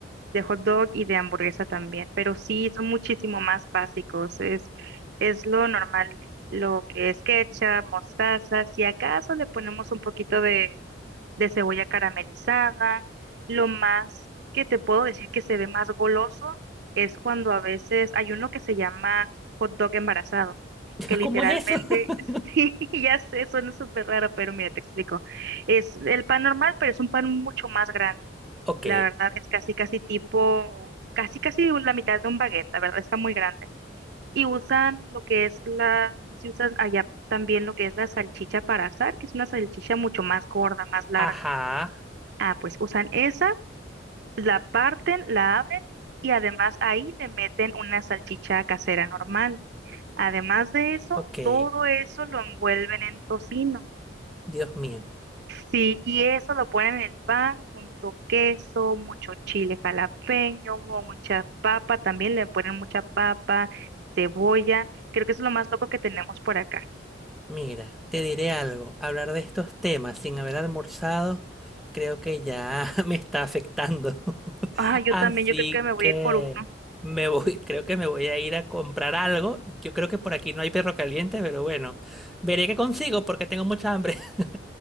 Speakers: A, on the right; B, in the centre.
A: de hot dog y de hamburguesa también, pero sí son muchísimo más básicos, es, es lo normal, lo que es ketchup, mostaza, si acaso le ponemos un poquito de, de cebolla caramelizada. Lo más que te puedo decir que se ve más goloso es cuando a veces hay uno que se llama hot dog embarazado,
B: <laughs>
A: que literalmente,
B: ¿Cómo es eso? <laughs>
A: <laughs> sí, ya sé, suena súper raro, pero mira, te explico. Es el pan normal, pero es un pan mucho más grande.
B: Ok.
A: La verdad es casi, casi tipo, casi, casi la mitad de un baguette, la verdad está muy grande. Y usan lo que es la, no sé si usan allá también lo que es la salchicha para asar, que es una salchicha mucho más gorda, más larga.
B: Ajá.
A: Ah, pues usan esa, la parten, la abren y además ahí le meten una salchicha casera normal. Además de eso,
B: Ok.
A: todo eso lo envuelven en tocino.
B: Dios mío.
A: Sí, y eso lo ponen en el pan junto queso, mucho chile jalapeño, o mucha papa, también le ponen mucha papa, cebolla. Creo que eso es lo más loco que tenemos por acá.
B: Mira, te diré algo, hablar de estos temas sin haber almorzado creo que ya <laughs> me está afectando. <laughs>
A: Ah, yo
B: Así
A: también, yo creo que me voy
B: que
A: a ir por uno.
B: me voy, <laughs> creo que me voy a ir a comprar algo. Yo creo que por aquí no hay perro caliente, pero bueno, veré qué consigo porque tengo mucha hambre. <laughs>